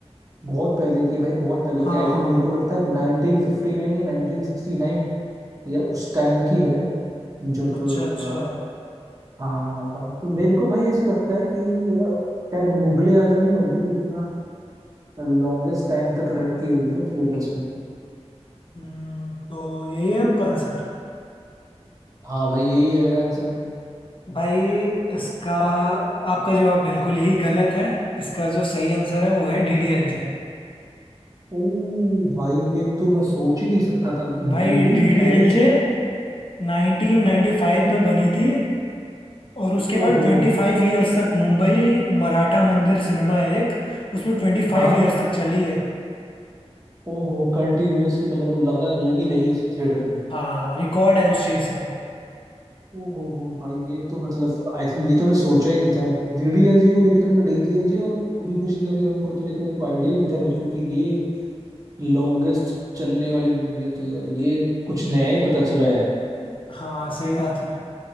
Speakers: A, on the right (about 30°); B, on the left (about 50°).
A: बहुत पहले की भाई बहुत पहले
B: हाँ
A: की आई थिंक
B: हाँ
A: मेरे को लगता है 1959 या 1969 या उस टाइम की है जब
B: अच्छा
A: अ,
B: अच्छा
A: हाँ हाँ, भाई तो मेरे को भाई ऐसे लगता है कि अ, शायद मुगले आजम ही होगी तो इतना लॉन्गेस्ट टाइम तक रन की होगी ना थिएटर्स में
B: हम्म तो यही है आपका आंसर
A: हाँ भाई यही है मेरा आंसर
B: भाई इसका आपका जवाब बिल्कुल ही गलत है इसका जो सही आंसर है वो है डीडीएलजे
A: ओ भाई ये तो मैं सोच ही नहीं सकता था मतलब
B: भाई
A: डी डी
B: डीडीएलजे
A: एल जे
B: 1995 में बनी थी और उसके
A: ओ
B: बाद
A: हो
B: 25
A: हो हो
B: इयर्स तक मुंबई मराठा मंदिर सिनेमा है एक उसमें 25
A: हाँ हाँ
B: इयर्स तक चली है
A: ओ हो कंटिन्यूअसली मतलब वो लगा लगी रही उसी थिएटर में
B: हाँ रिकॉर्ड है उस चीज़ का
A: ओ हो हो भाई ये तो मतलब आई थिंक ये तो मैं सोचा ही नहीं था डीडीएलजी को लेके तो मतलब डीडीएलजी और कभी खुशी कभी गम को तो लेके मेरे को आइडिया ही नहीं था बिल्कुल कि ये लॉन्गेस्ट चलने वाली मूवी थी यार ये कुछ नया ही पता चला यार
B: हाँ सही बात है